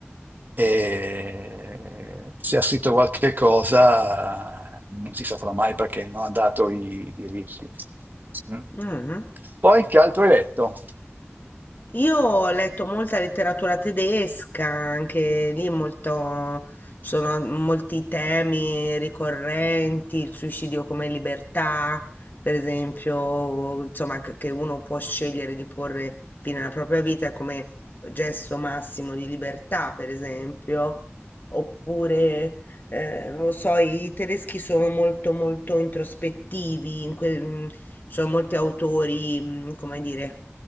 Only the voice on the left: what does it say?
ah.
Io ho letto molta letteratura tedesca, anche lì molto, ci sono molti temi ricorrenti, il suicidio come libertà, per esempio, insomma, che che uno può scegliere di porre fine alla propria vita come gesto massimo di libertà, per esempio, oppure eh, non lo so, i tedeschi sono molto molto introspettivi, in que- mm, ci sono molti autori, mm, come dire,